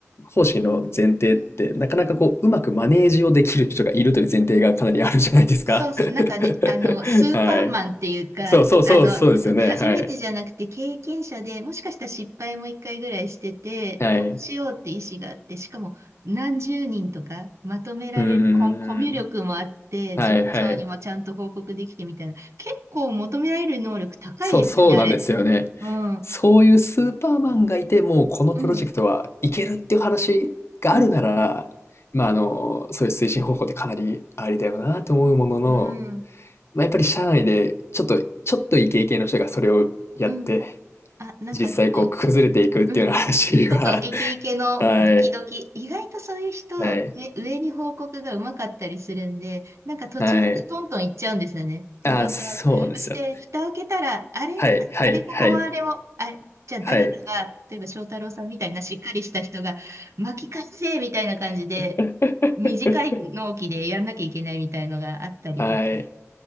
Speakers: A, on the left; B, on the right.
A: 方針の前提って、
B: うん。
A: なかなかこう、
B: うん
A: うまくマネージをできる人がいるという前提がかなりあるじゃないですか。
B: そうそう、
A: <laughs>
B: なんかね、あの、スーパーマンっていうか、
A: はい。そうそうそう、
B: あの、
A: そうですよね。
B: 初めてじゃなくて経験者で、
A: はい。
B: もしかしたら失敗も一回ぐらいしてて、
A: はい。
B: こうしようって意思があって、しかも何十人とかまとめられる、
A: うーん。
B: コ、コミュ力もあって、
A: はいはい。
B: 上長にもちゃんと報告できてみたいな、結構求められる能力高いですよね、
A: そう、そうなんですよね。
B: あれ。うん、う
A: そういうスーパーマンがいて、もうこのプロジェクトはいけるっていう話があるなら、
B: ん、うん、
A: まあ、あの、そういう推進方法ってかなりありだよなと思うものの、
B: うん、
A: まあ、やっぱり社内でちょっと、ちょっとイケイケの人がそれをやって、
B: うん。あ、なんかちょっと、
A: 実際こう崩れていくっていうような話は、
B: うんちょっとイケイケのドキドキ、
A: <laughs> はい、
B: 意外とそういう人、
A: はい、
B: ね、上に報告がうまかったりするんで、なんか途中までトントン行っちゃうんですよね。
A: はい。
B: トントントンって。
A: ああ、そうなんですよ。
B: そして、蓋開けたら、あれ、
A: はい、
B: ああれここもあれも、
A: はい、はい、
B: あれ、じゃあ誰かが、
A: はい。
B: 例えば翔太郎さんみたいなしっかりした人が、巻き返せみたいな感じで、
A: <laughs>
B: 短い納期でやんなきゃいけないみたいのがあったりとか、
A: はい。